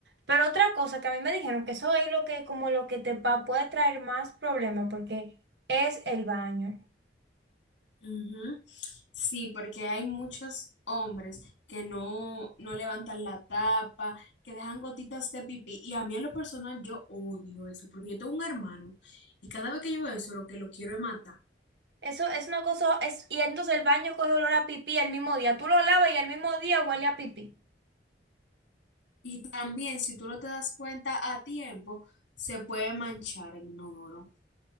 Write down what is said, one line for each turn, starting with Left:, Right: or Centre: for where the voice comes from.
Right: Pero otra cosa que a mí me dijeron que eso es lo que como lo que te va, puede traer más problemas porque es el baño.
Left: Ujú. Sí, porque hay muchos hombres que no, no levantan la tapa, que dejan gotitas de pipí. Y a mí en lo personal yo odio eso, porque yo tengo un hermano y cada vez que yo veo eso lo que lo quiero es matar.
Right: Eso es una cosa, es, y entonces el baño coge olor a pipí el mismo día. Tú lo lavas y el mismo día huele a pipí.
Left: Y también si tú no te das cuenta a tiempo, se puede manchar el inodoro